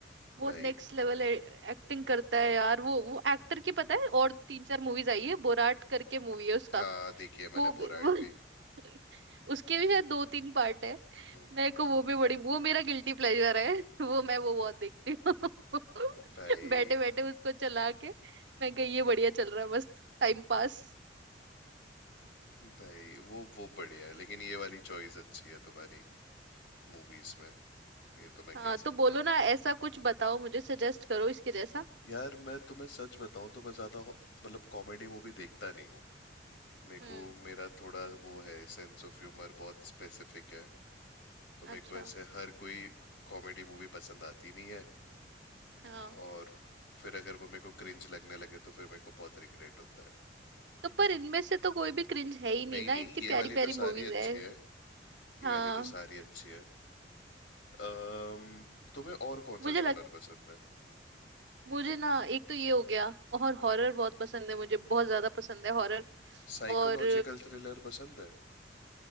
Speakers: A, on the right (about 75°); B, on the left (about 85°).
A: बहुत
B: भाई
A: नेक्स्ट लेवल एक्टिंग करता है यार वो वो एक्टर की पता है और तीन चार मूवीज आई है बोराट करके मूवी है उसका
B: हाँ देखिए मैंने
A: वो, भी-
B: बोराइट भी
A: <laughs> उसके भी शायद दो तीन पार्ट है
B: हम्म,
A: मेरे को वो भी बड़ी वो मेरा गिल्टी प्लेजर है <laughs> वो मैं वो बहुत देखती हूँ <laughs>
B: भाई
A: बैठे बैठे उसको चला के मैं कही ये बढ़िया चल रहा है मस्त टाइम पास
B: भाई वो वो बढ़िया है लेकिन ये वाली चॉइस अच्छी है तुम्हारी मूवीज में ये तो मैं
A: हाँ
B: कह
A: तो
B: सकता
A: बोलो
B: हूँ
A: ना ऐसा कुछ बताओ मुझे सजेस्ट करो इसके जैसा
B: यार मैं तुम्हें सच बताऊं तो मैं ज्यादा हो- मतलब कॉमेडी मूवी देखता नहीं हूँ मेरे
A: हम्म
B: को मेरा थोड़ा वो है सेंस ऑफ ह्यूमर बहुत स्पेसिफिक है तो
A: अच्छा
B: मेरे को ऐसे हर कोई कॉमेडी मूवी पसंद आती नहीं है
A: हाँ
B: और फिर अगर वो मेरे को क्रिंज लगने लगे तो फिर मेरे को बहुत रिग्रेट होता है
A: तो पर इनमें से तो कोई भी क्रिंज है ही नहीं
B: नहीं
A: ना
B: नहीं
A: इतनी
B: ये
A: प्यारी
B: वाली
A: प्यारी
B: तो सारी
A: मूवीज
B: अच्छी
A: है
B: है ये
A: हाँ
B: वाली तो सारी अच्छी है अम्म तुम्हें और कौन
A: मुझे
B: सा
A: लग
B: जॉनर पसंद है
A: मुझे ना एक तो ये हो गया और हॉरर बहुत पसंद है मुझे बहुत ज्यादा पसंद है हॉरर
B: साइकोलॉजिकल
A: और
B: थ्रिलर पसंद है